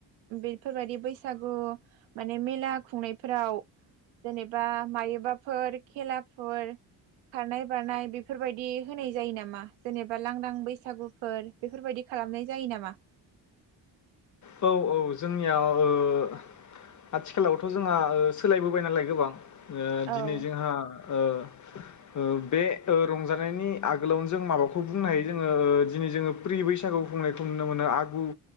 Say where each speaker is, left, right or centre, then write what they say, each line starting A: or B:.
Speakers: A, on the right; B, on the left.
A: बेफोरबायदि बैसागु माने मेला खुंनायफोराव जेनेबा मायोबाफोर खेलाफोर खारनाय बारनाय बेफोरबायदि होनाय जायो नामा जेनेबा लांदां बैसागुफोर बेफोरबायदि खालामनाय जायो नामा
B: औ औ जोंनियाव ओ आथिखालावथ' जोंहा ओ सोलायबोबाय नालाय गोबां ओ दिनै
A: औ
B: जोंहा ओ ओ बे ओ रंजानायनि आगोलावनो जों माबाखौ बुंनो हायो जोंङो ओ दिनै जोङो प्रि बैसागु खुंनायखौ नुनो मोनो आगु